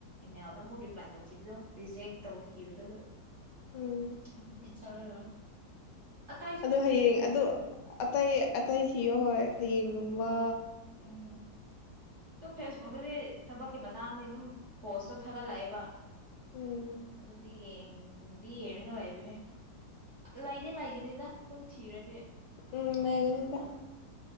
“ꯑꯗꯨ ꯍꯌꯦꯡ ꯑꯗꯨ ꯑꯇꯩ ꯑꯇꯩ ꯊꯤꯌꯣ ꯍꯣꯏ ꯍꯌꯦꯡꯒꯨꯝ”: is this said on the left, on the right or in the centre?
Left